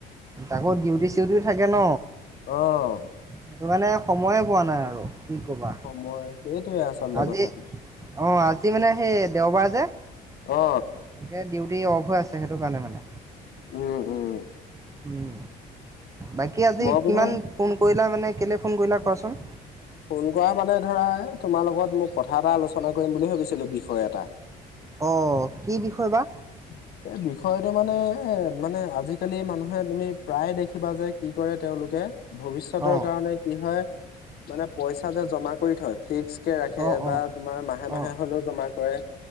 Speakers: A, on the right; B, on the left.
A: আকৌ ডিউটি চিউটিও থাকে ন।
B: আহ।
A: সেইটো কাৰণে সময়ে পোৱা নাই আৰু। কি ক'বা
B: সময় সেইটোয়ে আচলতে।
A: আজি,
B: কথাটো
A: অঁ আজি মানে সেই দেওবাৰ যে
B: অ
A: তাকে ডিউটি। হৈ আছে সেইটো কাৰণে মানে।
B: উম উম।
A: উম, বাকী আজি
B: মই বোলো
A: কিমান ফোন কৰিলা মানে কেলে ফোন কৰিলা কোৱাচোন?
B: ফোন কৰা মানে ধৰা এ তোমাৰ লগত মই কথা এটা আলোচনা কৰিম বুলি ভাবিছিলো বিষয় এটা
A: অহ, কি বিষয় বা
B: <inaudible> এই বিষয়টো মানে এ মানে আজিকালি মানুহে তুমি প্ৰায়ে দেখিবা যে কি কৰে তেওঁলোকে ভৱিষ্যতৰ
A: অ
B: কাৰণে কি হয় মানে পইচা যে জমা কৰি থয় ফিক্স ৰাখে
A: অ
B: বা
A: অ
B: তোমাৰ মাহে-
A: অ
B: মাহে হলেও জমা কৰে